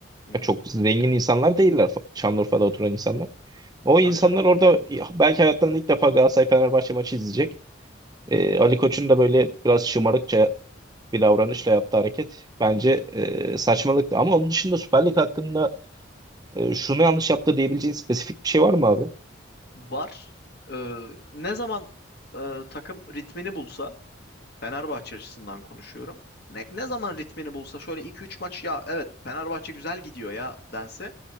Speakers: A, on the left; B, on the right.
A: Hı hı.
B: Ya çok zengin insanlar değiller fa- Şanlıurfa'da oturan insanlar. O
A: Tabii
B: insanlar
A: canım.
B: orada ya, belki hayatlarında ilk defa Galatasaray-Fenerbahçe maçı izleyecek. E, Ali Koç'un da böyle biraz şımarıkça bir davranışla yaptığı hareket bence e, saçmalıktı. Ama onun dışında Süper Lig hakkında e, şunu yanlış yaptı diyebileceğin spesifik bir şey var mı abi?
A: Var. Ee, ne zaman e, takım ritmini bulsa Fenerbahçe açısından konuşuyorum. Ne, ne zaman ritmini bulsa şöyle iki üç maç ya evet Fenerbahçe güzel gidiyor ya dense.